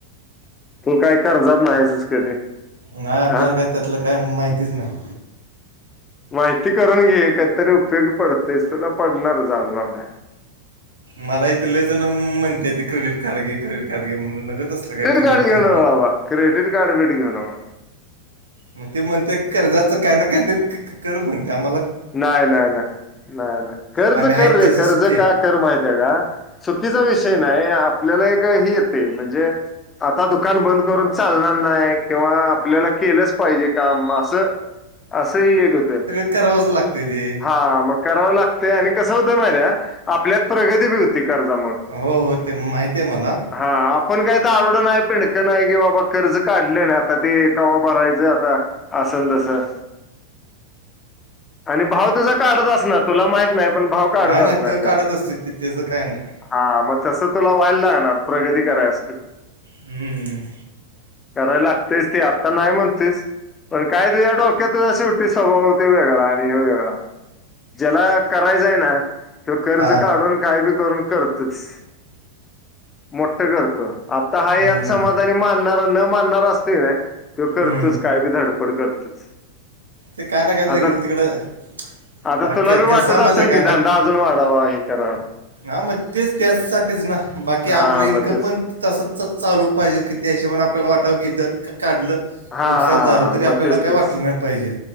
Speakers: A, on the left; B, on the right.
A: तू काय कर्जात नाहीसचं कधी.
B: नाय आपल्याला
A: हा
B: काय त्यातलं काय माहितीच नाही.
A: माहिती करून घे कदीतरी उपयोगी पडतयचं तुला पडणारचं आज ना उद्या.
B: मला इथले जणण माहीत क्रेडिट कार्ड घे क्रेडिट कार्ड घे म्हणून नगत असलं काय क्रेडिट
A: कार्ड घेऊ
B: क्रेडिट
A: नका बाबा क्रेडिट कार्ड बीर्ड घेऊ नका.
B: मग ते म्हणतीया कर्जाचं काय ना काहीतरी क क कर म्हणतीया मला
A: नाय नाय नाय नाय नाय कर्ज
B: आम्ही आहेत
A: कर रे
B: तसं
A: कर्ज
B: सुखी आहे
A: काढ कर माहितयं का चुकीचा विषय नाही आपल्याला एक हि येतयं म्हणजे आता दुकान बंद करून चालणार नाही किंवा आपल्याला केलंच पाहिजे काम अस अस एक होतय
B: करावच लागतयं ते
A: हा मग करावं लागतयं आणि कस होतय माहीतय का आपल्यात प्रगती बी होती कर्जामुळं‌.
B: हो हो ते माहितीये मला.
A: हा आपण काय तर दारूडं नाही पिडकं नाही कि बाबा कर्ज काढलं न आणि आता ते कवा भरायचं आता असं आण तसं. आणि भाव तुझा काढत अस न तुला माहित नाही पण भाव काढत
B: नाय नाय
A: असणार
B: तो
A: कर्ज
B: काढत असतोय त्यो त्याचं काही नाही.
A: हा मग तसं तुला व्हायला लागणार प्रगती कराय असं
B: हम्म.
A: कराय लागतयचं ते आता नाही म्हणतोयस. पण काय तुझ्या डोक्यात तुझ्या शेवटी स्वभाव त्यो वेगळाय. वेेगळा ज्याला करायचय ना ते कर्ज
B: हा
A: काढून काय करून कर तुक्ष मोठं करतो आता हाय
B: हम्म,
A: यात समाधानी मानणार न मानणार असते की नाही करतोच
B: हम्म.
A: काय बी धडपड करतोच.
B: ते काय ना काय तर
A: आता
B: हिकडं तिकडं द
A: आता
B: अरे
A: तुला
B: क
A: बी
B: कसयं
A: वाटत
B: माहितयं
A: असेल
B: काय
A: की
B: आता
A: धंदा
B: को
A: अजून वाढावा हे करावा
B: हा मंग तेचं त्याचसाठीच ना बाकी आपलं
A: हा
B: इन्कम
A: मग तेच
B: पण तसंचच चालू पाहिजेल की त्या हिशोबाने आपल्याला वाटाव घेतलं का काढलं.
A: हा
B: नुकसान
A: हा
B: झालं तरी
A: मग
B: आपल्याला
A: तेच
B: काय
A: तेच
B: वाटलं नाही पाहिजे.